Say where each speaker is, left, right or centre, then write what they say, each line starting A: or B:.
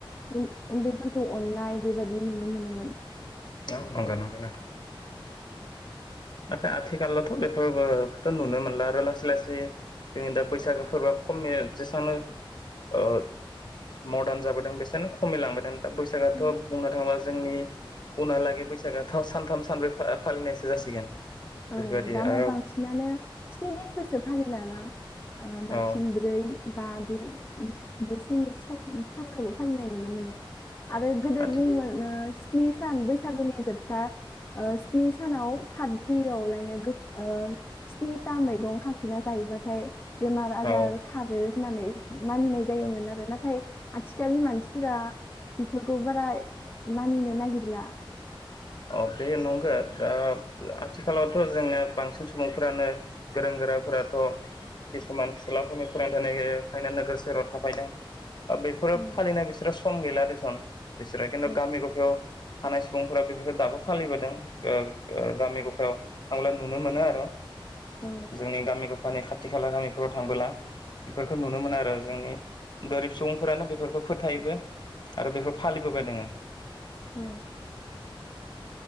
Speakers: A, on the left; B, on the left.
A: उन उन्दैफोरखौ अननाय बेबायदि नुनो मोनोमोन।
B: औ नंगो नंगो नोंथां। आ-आथिखालावथ' बेफोरथ' नुनो मोनला आरो लासै लासै जायो जोंनि दा बैसागु फोरबा खमनि जेसांनो ओ मरदान जाबोदों बेसेनो खमिलांबोदों। दा बैसागोआथ'
A: उम,
B: बुंनो थांङोबा‌ जोंनि उनहालागै बैसागोआथ' सानथाम सानब्रै फा-फालिनायसो जासिगोन। बेफोरबायदि
A: औ दाना
B: आरो
A: बांसिनानो
B: औ
A: स्नि दिनबोसो फालिलाना ओ बांसिन
B: औ
A: ब्रै बा बे इ बेसिनि सम सानखौल' फालिनाय नुनो मोनो।
B: औ
A: आरो गोदो
B: आथि
A: बुंमोन ओ स्नि सान बैसागोनि जोबथा ओ स्नि सानाव थाद फ्रियावलायनो गो ओ स्निथा मैगं खांथेना जाहैबाथाय बेमार आजार
B: औ
A: खारो होननानै। मानिनाय जायोमोन
B: औ
A: आरो नाथाय। आथिखालनि मानसिफोरा बेफोरखौ बारा मानिनो नागिरला।
B: औ बे नंगौ, ओ आथिखालावथ' जोंङो बांसिन सुबुंफोरानो गोरों-गोरा फोराथ' खिसुमान फिस्लाफोरनि फरायनो थानायखायनो नोगोर सहोराव थाफायदों। बेफोरो
A: औ
B: फालिना बिसोरो सम गैला दे थां। बिसोरा खिनु
A: औ
B: गामि ग'फायाव। थानाय सुबुंफोरा बे बेफोरखौ दाबो फालिबोदों गो गो गामि ग'फायाव थांब्ला नुनो मोनो आरो।
A: औ
B: जोंनि गामिखौ। माने खाथि खाला गामिफोराव थांबोला। बेफोरखौ नुनो मोनो आरो जोंनि। गोरिब सुबुंफोरानो बेफोरखौ फोथायोबो आरो बेफोर फालिबोबाय दोङो।
A: औ।